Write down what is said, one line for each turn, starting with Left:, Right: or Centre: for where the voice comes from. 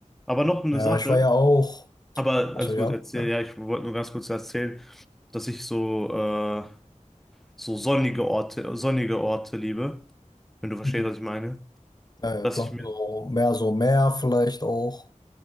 Centre: Aber noch eine
Left: Ja,
Centre: Sache,
Left: ich war ja auch,
Centre: aber
Left: also
Centre: alles
Left: ja,
Centre: gut, erzähl,
Left: ja,
Centre: ja, ich wollte nur ganz kurz erzählen, dass ich so äh, so sonnige Orte, sonnige Orte liebe, wenn du verstehst,
Left: Mhm.
Centre: was ich meine.
Left: ja, ja,
Centre: Dass
Left: klar.
Centre: ich mir,
Left: So mehr, so mehr vielleicht auch.